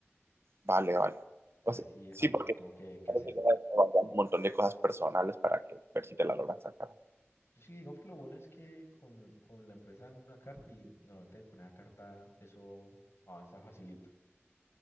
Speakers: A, on the right; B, on the left.
A: vale, vale. O
B: Y
A: sea,
B: así es
A: sí,
B: algo
A: porque
B: que tengo que, que
A: hay
B: hacer.
A: que ya un montón de cosas personales para que ver si te la logran sacar.
B: Sí, digamos que lo bueno es que con, con la empresa dan una carta y normalmente con esa carta eso avanza facilito.